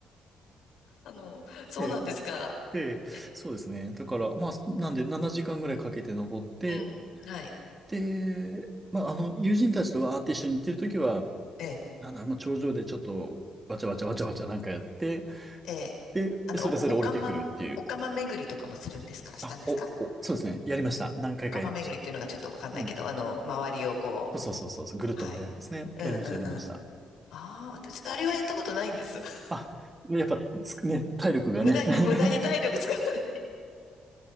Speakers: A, on the left (about 75°); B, on the right (about 20°).
A: あの、そうなんですか。
B: ええええ、
A: え、
B: そうですね。だから、まあ、なんで7時間ぐらいかけて登って、
A: うん、はい、
B: で、まあ、あの、友人たちとわーって一緒に行ってるときは、
A: ええ、
B: なんだろう、まあ、頂上でちょっと、わちゃわちゃわちゃわちゃなんかやって、
A: ええ。
B: で、
A: あの、
B: それぞれ降りてくるっていう。
A: お、おかま、おかま巡りとかもするんですかしたんですか
B: あ、お、お、そうですね。やりました。何回かやりました。
A: おかま巡りっていうのがちょっとわかんないけど、
B: うん。
A: あの、周りをこ
B: そうそうそうそう。ぐるっと回るやつですね。
A: う、はい。うんうんうん。
B: やりました、やりました。
A: ああ、私、あれはやったことないんです。<laughs>
B: あ、やっぱ、つくね、体力がね。
A: 無駄に、
B: <laughs>
A: 無駄に体力使わない。